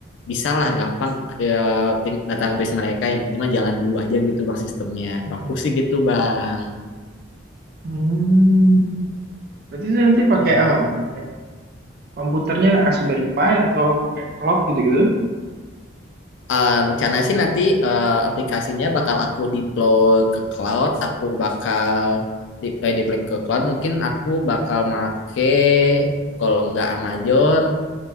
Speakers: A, on the left; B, on the right.
A: bisalah gampang ke ting- database mereka yang penting mah jalan dulu aja gitu bang sistemnya. Kalau
B: Mm.
A: Aku sih gitu bang.
B: Hmm. Berarti itu nanti pakai
A: Dah.
B: apa, Mas? kayak komputernya Raspberry Pi atau pakai cloud gitu-gitu?
A: Eh, rencana sih nanti eh, aplikasinya bakal aku deploy ke cloud, aku bakal di, eh, deploy ke cloud. Mungkin aku bakal make kalau nggak Amazon